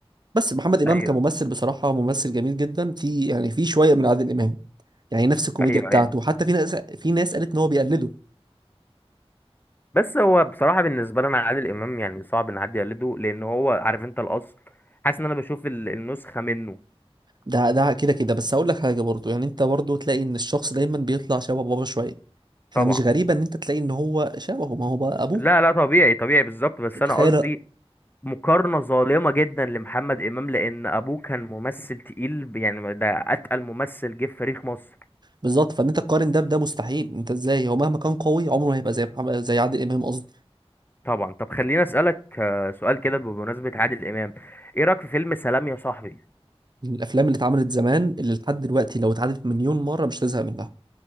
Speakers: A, on the right; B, on the left.
A: بس محمد امام
B: ايوه
A: كممثل بصراحه ممثل جميل جدا في يعني في شويه من عادل امام يعني نفس الكوميديا
B: ايوه
A: بتاعته
B: ايوه
A: حتى في ناس في ناس قالت ان هو بيقلده
B: بس هو بصراحه بالنسبه لي انا عادل امام يعني صعب ان حد يقلده لان هو عارف انت الاصل حاسس ان انا بشوف ال- النسخه منه
A: ده ده كده كده بس هقول لك حاجه برضو يعني انت برضو تلاقي ان الشخص دايما بيطلع شبه بابا شويه فمش
B: طبعا
A: غريبه ان انت تلاقي ان هو شبهه ما هو بقى ابوه
B: لا لا طبيعي طبيعي بالظبط بس انا
A: تخيل
B: قصدي مقارنه ظالمه جدا لمحمد امام لان ابوه كان ممثل تقيل ب- يعني ده اتقل ممثل جه في تاريخ مصر
A: بالظبط فان انت تقارن ده بده مستحيل انت ازاي هو مهما كان قوي عمره ما هيبقى زي محمد زي عادل امام قصدي
B: طبعا طب خليني اسالك آه، سؤال كده بمناسبه عادل امام ايه رايك في فيلم سلام يا صاحبي
A: من الافلام اللي اتعملت زمان اللي لحد دلوقتي لو اتعادت مليون مره مش تزهق منها